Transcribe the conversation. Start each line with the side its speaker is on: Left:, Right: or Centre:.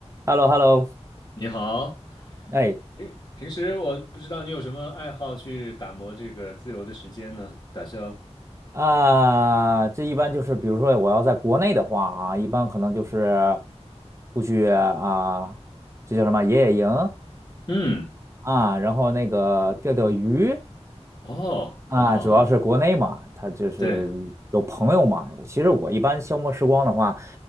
Right: h e l l o h e l l o
Left: 你好，
Right: 哎
Left: 平平时我不知道你有什么爱好去打磨这个自由的时间呢？打消，
Right: 啊，这一般就是，比如说我要在国内的话啊，一般可能就是出去啊，这叫什么野野营
Left: 嗯，
Right: 啊，然后那个钓钓鱼
Left: 哦，
Right: 啊，
Left: 很好，
Right: 主要是国内嘛，
Left: 很好，
Right: 他就是有朋友嘛。
Left: 对，
Right: 其实我一般消磨时光的话，